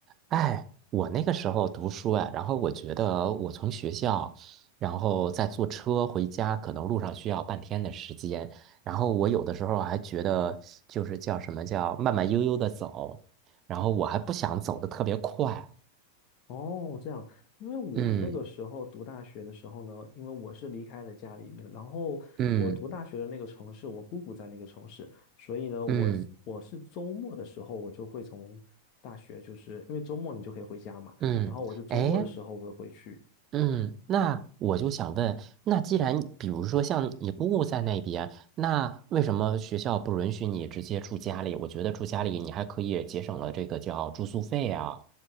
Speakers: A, on the right; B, on the left.
A: 哎，我那个时候读书啊，然后我觉得我从学校，然后再坐车回家，可能路上需要半天的时间。然后我有的时候还觉得，就是叫什么叫慢慢悠悠的走，然后我还不想走的特别快。
B: 哦，这样，因为我那个时候读大学的时候呢，
A: 嗯
B: 因为我是离开了家里面，然后我读大学的那个城市，
A: 嗯
B: 我姑姑在那个城市，所以呢，我我是周末的时候，
A: 嗯
B: 我就会从大学，就是因为周末你就可以回家嘛，
A: 嗯，
B: 然后我就周末的时候我会回去，
A: 哎，嗯，那我就想问，那既然比如说像你姑姑在那边，那为什么学校不允许你直接住家里？我觉得住家里你还可以节省了这个叫住宿费啊。